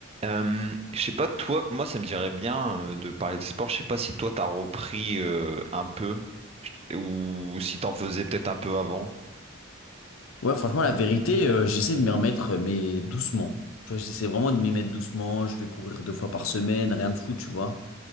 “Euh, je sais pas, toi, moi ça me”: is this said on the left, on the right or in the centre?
Right